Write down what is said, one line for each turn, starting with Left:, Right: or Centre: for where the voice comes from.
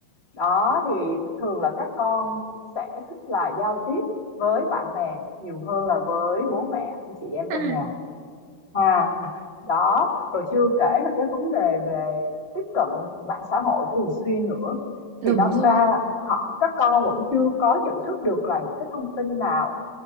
Left: Đó thì thường là các con sẽ thích là giao tiếp với bạn bè nhiều hơn là với bố mẹ anh chị em
Right: à,
Left: trong nhà. À, đó, rồi chưa kể là cái vấn đề về tiếp cận mạng xã hội thường xuyên nữa.
Right: đúng
Left: Thì đâm
Right: rồi
Left: ra họ các con vẫn chưa có nhận thức được là những cái thông tin nào